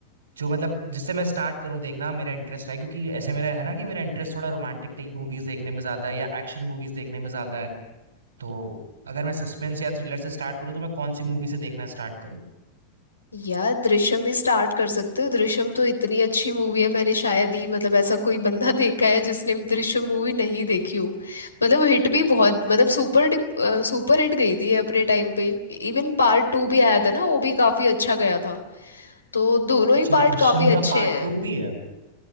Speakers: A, on the right; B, on the left.
A: जो मतलब जिससे मैं स्टार्ट करूँ देखना मेरा इंटरेस्ट है क्योंकि ऐसे मेरा है ना कि मेरा इंटरेस्ट थोड़ा रोमांटिक टाइप मूवीज देखने में ज्यादा है या एक्शन मूवीज देखने में ज्यादा है तो अगर मैं सस्पेंस या थ्रिलर से स्टार्ट करूँ तो मैं कौन सी मूवी से देखना स्टार्ट करूँ
B: यार दृश्यम भी स्टार्ट कर सकते हो दृश्यम तो इतनी अच्छी मूवी है मैंने शायद ही मतलब ऐसा कोई बंदा <laughs> देखा है जिसने भी दृश्यम मूवी नहीं देखी हो मतलब हिट भी बहुत मतलब सुपर सुपर हिट गई थी ये अपने टाइम पे इवन पार्ट टू भी आया था ना वो भी काफी अच्छा गया था तो दोनों
A: अच्छा
B: ही पार्ट
A: दृश्यम
B: काफी
A: का
B: अच्छे
A: पार्ट
B: हैं
A: टू भी है